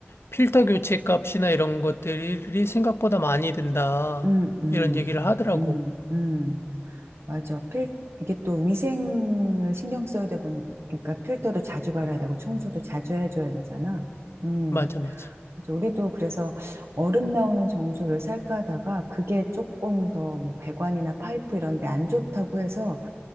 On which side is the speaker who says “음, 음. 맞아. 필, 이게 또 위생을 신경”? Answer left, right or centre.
Right